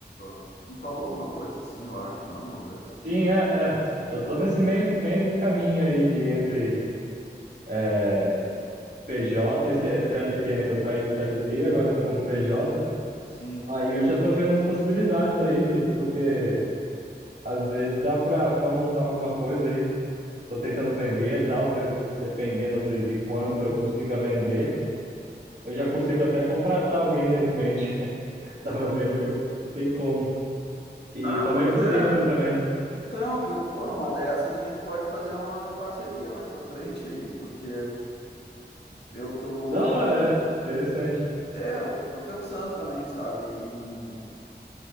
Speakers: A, on the left; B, on the right.
A: ah, tu me falou alguma coisa assim, eu acho, não, uma vez?
B: Sim, é, é. Eu tô nesse meio, meio de caminho aí de entre é, PJ e C- CLT, né? Que eu saí do CLT, agora eu tô como PJ.
A: Sim.
B: Aí eu já tô vendo as possibilidades aí, de, porque às vezes dá pra, pra montar alguma coisa aí. Tô tentando vender e tal, se eu- dependendo do, de quanto eu consiga vender, eu já consigo até contratar alguém de repente. <laughs> Tava vendo que eu que tem como. E
A: Ah,
B: tô meio
A: pois
B: por
A: é.
B: dentro também.
A: Então, que, pô, numa dessas a gente pode fazer uma parceria mais pra frente aí, porque eu tô,
B: Da hora, é. interessante.
A: é, eu tô pensando também, sabe, em